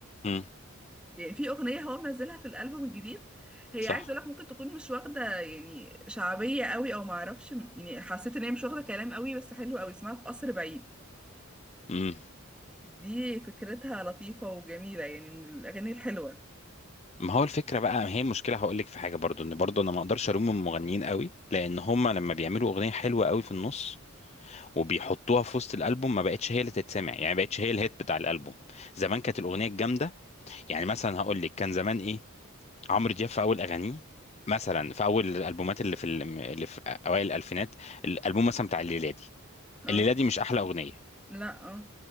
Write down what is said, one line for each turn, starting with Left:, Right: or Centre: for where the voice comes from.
Left: م-
Centre: يعني في اغنيه هو منزلها في الالبوم الجديد هي
Left: صح
Centre: عايز اقول لك ممكن تكون مش واخده يعني شعبيه قوي او ما اعرفش يعني حسيت ان هي مش واخده كلام قوي بس حلو قوي اسمها في قصر بعيد
Left: م.
Centre: دي فكرتها لطيفه وجميله يعني من الاغاني الحلوه
Left: ما هو الفكره بقى ما هي المشكله هقول لك في حاجه برضو ان برضو انا ما اقدرش الوم المغنيين قوي لان هم لما بيعملوا اغنيه حلوه قوي في النص وبيحطوها في وسط الالبوم ما بقتش هي اللي تتسمع يعني ما بقتش هي الهيت بتاع الالبوم زمان كانت الاغنيه الجامده يعني مثلا هقول لك كان زمان ايه عمرو دياب في اول اغانيه مثلا في اول الالبومات اللي في ال- اللي في اوائل الالفينات الالبوم مثلا بتاع الليلادي
Centre: اه
Left: الليلادي مش احلى اغنيه
Centre: لا اه